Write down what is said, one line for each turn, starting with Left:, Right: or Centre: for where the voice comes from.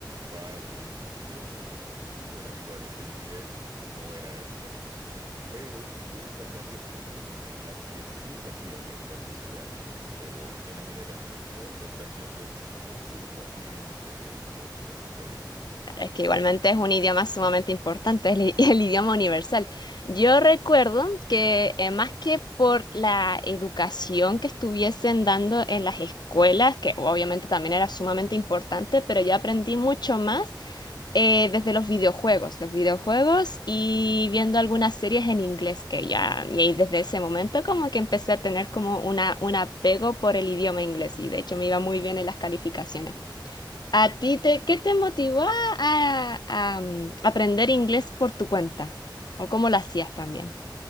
Right: par de instituciones en las que estuve, en las cuales el inglés no era énfasis, pero pude sacarle provecho en las que sí se hacía el énfasis realmente. Pero en la generación actual se está haciendo mucho hincapié en aprender inglés en este país.
Left: Es que igualmente es un idioma sumamente importante, es el, <laughs> el idioma universal. Yo recuerdo que eh, más que por la educación que estuviesen dando en las escuelas, que obviamente también era sumamente importante, pero yo aprendí mucho más eh, desde los videojuegos, los videojuegos y viendo algunas series en inglés que ya, y ahí desde ese momento como que empecé a tener como una, un apego por el idioma inglés y de hecho me iba muy bien en las calificaciones. ¿A ti te, qué te motivó a, a- mm, aprender inglés por tu cuenta? ¿O cómo lo hacías también?